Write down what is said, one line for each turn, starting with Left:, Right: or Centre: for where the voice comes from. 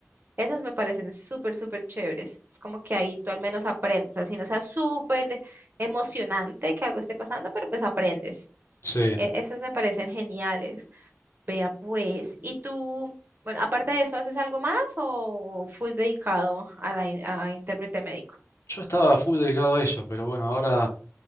Right: esas me parecen súper, súper chéveres. Es como que ahí tú al menos aprendes, así no sea súper emocionante que algo esté pasando, pero pues aprendes.
Left: sí.
Right: E- esas me parecen geniales. Vea pues, ¿y tú, bueno, aparte de eso, haces algo más o full dedicado a la in- a intérprete médico?
Left: Yo estaba full dedicado a eso, pero bueno, ahora.